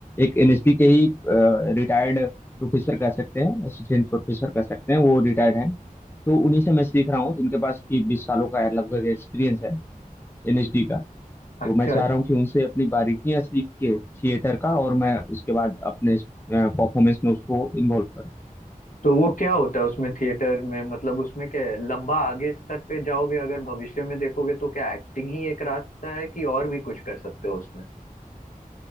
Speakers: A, on the left; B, on the left.
A: एक एनएसडी के ही रिटायर्ड प्रोफेसर कह सकते हैं असिस्टेंट प्रोफेसर कह सकते हैं वो रिटायर्ड हैं तो उन्हीं से मैं सीख रहा हूँ जिनके पास की बीस सालों का लगभग एक्सपीरियंस है एनएसडी का
B: अच्छा
A: तो मैं चाह रहा हूँ कि उनसे अपनी बारीकियां सीख के थिएटर का और मैं उसके बाद अपने परफॉर्मेंस में उसको इन्वॉल्व करूँ
B: तो वो क्या होता है उसमें थिएटर में मतलब उसमें क्या है लंबा आगे स्तर पे जाओगे अगर भविष्य में देखोगे तो क्या एक्टिंग ही एक रास्ता है कि और भी कुछ कर सकते हो उसमें